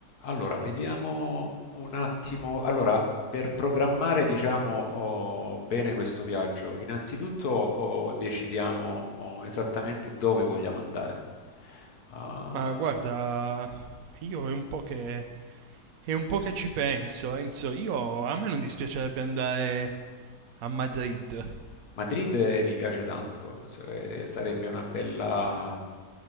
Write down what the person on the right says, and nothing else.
Ma guarda, io è un po' che, è un po' che ci penso, Enzo. Io, a me non dispiacerebbe andare a Madrid.